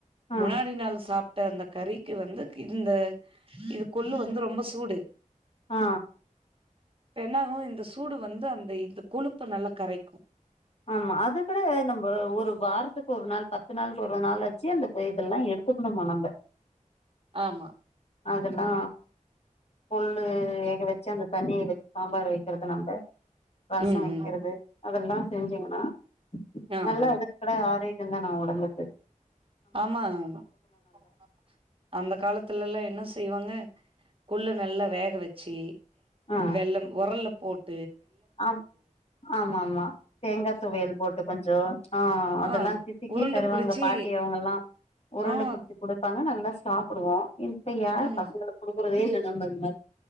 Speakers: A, on the left; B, on the right.
A: ஆ
B: முன்னாடி நாள் சாப் ட்ட அந்த கறிக்கு வந்து இந்த இது கொள்ளு வந்து ரொம்ப சூடு
A: ஆ
B: இப் என்னாகு இந்த சூடு வந்து அந்த இந்த கொழுப்ப நல்லா கரைக்கு
A: ஆமா அது கூட நம்ப ஒரு வாரத்துக் ஒரு நாள் பத்து நாளுக் ஒரு நாளுக் ச்சி இந்த இதெல்லா எடுத்துக்ணுமா நம்ப
B: ஆமா
A: அதெல்லா கொள்ளு வேக வெச்சி அந்த தண்ணிய வெ சாம்பார வைக்கறதுனால ரசோ
B: ம்
A: வெக்கிறது
B: ம்
A: அதெல்லா செஞ்சீங்கன்னா
B: ஆ ஆ
A: நல்லா அதுக்கட ஆரோக்கியந்தானா ஒடம்பக்கு
B: ஆமா <inaudible> அந்த காலத்துலெல்லா என்ன செய்வாங்க கொள்ளு நல்லா வேக வெச்சி
A: ஆ
B: வெள்ளம் ஒரல்ல போட்
A: ஆ ஆமா ஆமா தேங்கா துவையல் போட்டு கொஞ்சோ அ அதெல்லா
B: ஆ
A: சிசுக்கி
B: உருண்ட
A: தருவாங்க
B: புடிச்சி
A: பாட்டி அவுங்கெல்லா உருண்ட
B: ஆ
A: புட்ச்சி குடுப்பாங்க நல்லா சா சாப்பிடுவோம் இப்ப யாரு
B: ம்
A: பசங்களுக்கு கொடுக்குறதே இல்லை நம்ம